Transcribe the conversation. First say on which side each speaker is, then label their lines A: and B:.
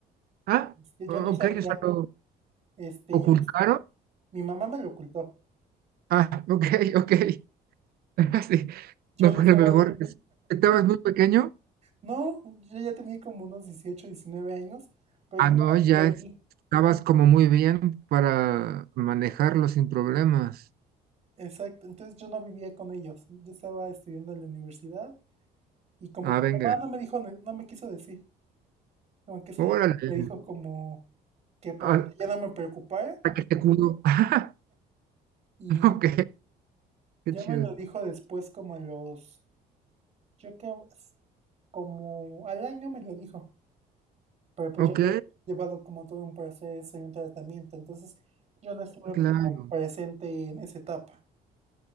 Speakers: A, on the right; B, on the right.
A: Ah,
B: este,
A: o-
B: yo no sabía,
A: ok, o sea, lo
B: este,
A: ocultaron.
B: yo, no- mi mamá me lo ocultó.
A: Ah, ok, ok. <laughs> Sí,
B: Yo
A: no
B: no
A: fue
B: estaba,
A: lo mejor.
B: vi-
A: ¿Estabas muy pequeño?
B: No, yo ya tenía como unos 18, 19 años, pero
A: Ah,
B: yo
A: no,
B: ya no
A: ya
B: vivía aquí.
A: es- estabas como muy bien para manejarlo sin problemas.
B: Exacto, entonces yo no vivía con ellos. Yo estaba estudiando en la universidad y como
A: Ah,
B: que
A: venga.
B: mi mamá no me dijo, ne- no me quiso decir, como que solo
A: Órale.
B: me dijo como que para
A: Ah,
B: que ya no me preocupara
A: para que te cudo. <laughs>
B: y
A: Ok,
B: ya
A: qué chido.
B: me lo dijo después como a los, yo creo, es como al año me lo dijo, pero pues
A: Ok,
B: yo había llevado como todo un proceso y un tratamiento, entonces yo no estuve
A: claro.
B: como presente en esa etapa.